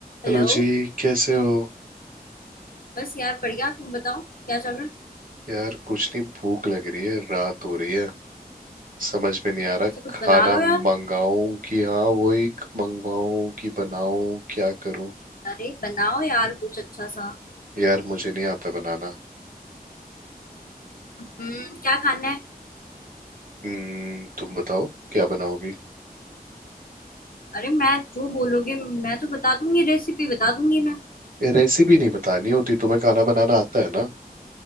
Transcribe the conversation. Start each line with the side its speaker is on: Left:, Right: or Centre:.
Right: Hello
Left: हेलो
Right: जी कैसे हो
Left: बस यार बढ़िया तुम बताओ क्या चल रहा है
Right: यार कुछ नहीं भूख लग रही है रात हो रही है समझ में नहीं आ रहा
Left: अच्छा कुछ
Right: खाना
Left: बना लो यार
Right: मंगाऊं कि हाँ वही मंगवाऊं कि बनाऊं क्या करूं
Left: अरे बनाओ यार कुछ अच्छा सा
Right: यार मुझे नहीं आता बनाना
Left: हम्म क्या खाना है
Right: हम्म तुम बताओ क्या बनाओगी
Left: अरे मैं जो बोलोगे मैं तो बता दूंगी रेसिपी बता दूंगी मैं
Right: ये रेसिपी नहीं बतानी होती तुम्हें खाना बनाना आता है ना